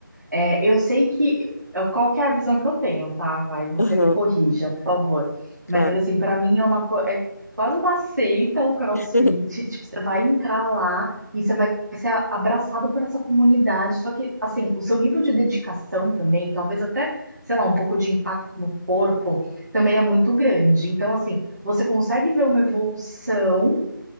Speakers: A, on the right (about 50°); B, on the left (about 45°).
A: É, eu sei que. eu- Qual que é a visão que eu tenho, tá? Aí você
B: Aham,
A: me corrija, por favor.
B: claro.
A: Mas, assim, pra mim é uma co- é quase uma seita o CrossFit.
B: <laughs>
A: Tipo, você vai entrar lá e você vai ser a- abraçado por essa comunidade. Só que, assim, o seu nível de dedicação também, talvez até, sei lá, um pouco de impacto no corpo, também é muito grande. Então, assim, você consegue ver uma evolução